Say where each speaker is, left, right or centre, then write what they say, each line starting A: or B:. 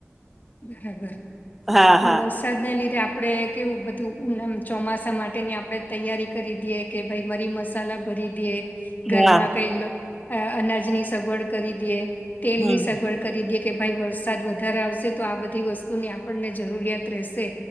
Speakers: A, on the left; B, in the centre.
A: બરાબર અને
B: હા હા
A: વરસાદ... વરસાદને લીધે આપણે કેવું બધું ચોમાસા માટેની આપણે તૈયારી કરી દઈએ. કે ભાઈ મરી મસાલા ભરી દિયે... ઘરમાં
B: હા
A: કઈ અનાજની સગવડ કરી દિએ તેલ
B: હમ
A: ની સગવડ... કરી દિયે કે ભાઈ વરસાદ વધારે આવશે તો આ બધી વસ્તુની આપણને જરૂરિયાત રહેશે...